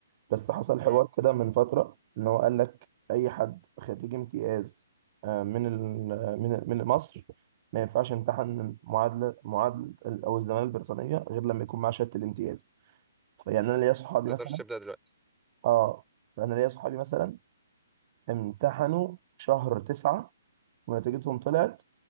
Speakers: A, on the right; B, in the centre.
A: بس حصل حوار
B: امم
A: كده من فترة إن هو قال لك أي حد خريج امتياز آه، من ال- من من مصر ما ينفعش يمتحن معادلة معادلة أو الزمالة البريطانية غير لما يكون معاه شهادة الامتياز فيعني أنا ليا صحابي
B: ما
A: مثلا
B: تقدرش تبدأ دلوقتي
A: اه فانا ليا صحابي مثلا امتحنوا في شهر تسعة ونتيجتهم طلعت